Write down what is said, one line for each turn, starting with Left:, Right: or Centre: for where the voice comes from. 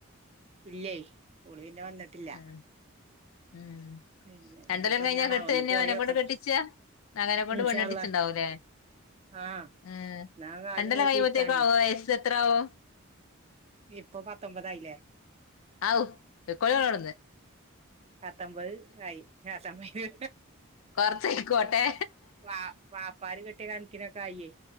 Right: ഇല്ലേ സ്കൂളിന്ന് വന്നിട്ടില്ല
Left: ഉം ഉം
Right: പിന്നെ
Left: രണ്ട്
Right: ഇനിയിപ്പോ
Left: കൊല്ലം കഴിഞ്ഞാ
Right: എന്നാണാവോ
Left: കെട്ട്
Right: ഒന്ന്
Left: തന്നെയാ
Right: പോയോക്കണം
Left: അവനെങ്ങോണ്ട് കെട്ടിച്ചാ മകനെ കൊണ്ട്
Right: ഇൻഷാ
Left: പെണ്ണ് കെട്ടിച്ചുണ്ടാവും
Right: അള്ളാ
Left: ല്ലേ
Right: ആഹ്
Left: ആഹ്
Right: എന്നാ കാല്
Left: രണ്ട് കൊല്ലം
Right: നീട്ടിയിരിക്കാനേ
Left: കഴിയുമ്പോത്തേക്കും അവന് വയസ് എത്ര ആകും
Right: ഇപ്പൊ പത്തൊമ്പതായില്ലേ
Left: ആകും പൊക്കോണം അവിടുന്ന്
Right: പത്തൊമ്പത് ആയി ആഹ് സമയൊക്കെ
Left: കൊറച്ചായിക്കോട്ടെ
Right: ആഹ് വാപ്പാര് കെട്ടിയ കണക്കിനൊക്കെ ആയിയെ